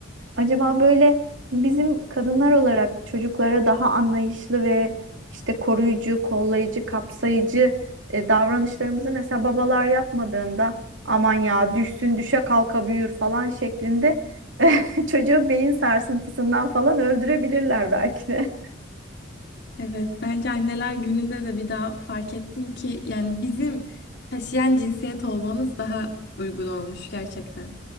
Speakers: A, on the right; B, on the left.
A: Acaba böyle bizim kadınlar olarak çocuklara daha anlayışlı ve işte koruyucu, kollayıcı, kapsayıcı e, davranışlarımızı mesela babalar yapmadığında aman ya düşsün düşe kalka büyür falan şeklinde <laughs> çocuğu beyin sarsıntısından falan öldürebilirler belki de.
B: Evet, bence anneler gününde de bir daha fark ettim ki yani bizim taşıyan cinsiyet olmamız daha uygun olmuş gerçekten.